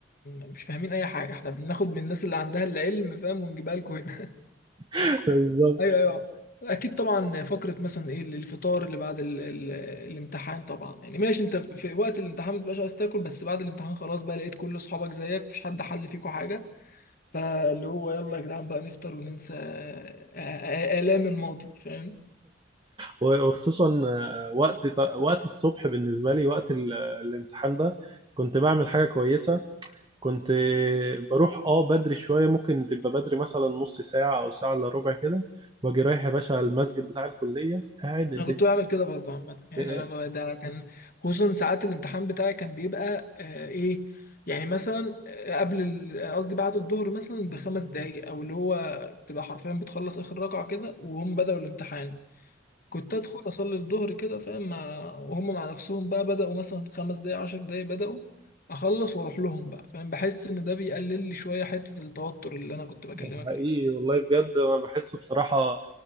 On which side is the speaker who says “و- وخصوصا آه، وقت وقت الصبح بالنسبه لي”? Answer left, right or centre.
Right